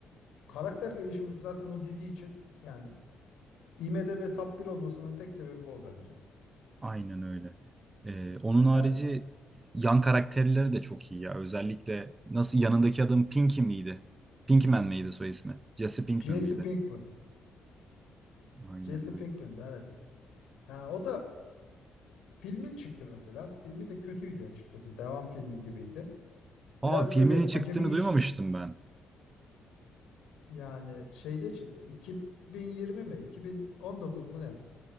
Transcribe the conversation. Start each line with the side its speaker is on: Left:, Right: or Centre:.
Left: Karakter gelişimi zaten o dizi için yani IMDb Top 1 olmasının tek sebebi o bence.
Right: Aynen öyle. Ee, onun harici
Left: Yani
Right: yan karakterleri de çok iyi ya. Özellikle nasıl yanındaki adam Pinky miydi? Pinkman miydi soy ismi? Jesse Pinkman
Left: Jesse
Right: mıydı?
Left: Pinkman.
Right: Aynen
Left: Jesse
Right: aynen.
Left: Pinkman evet. Yani o da filmin çıktı mesela. Filmi de kötüydü açıkçası. Devam filmi gibiydi.
Right: Aa
Left: Biraz
Right: filminin
Left: böyle
Right: çıktığını
Left: acemi işi
Right: duymamıştım ben.
Left: yani şeyde çıktı. 2020 mi? 2019 mu ne?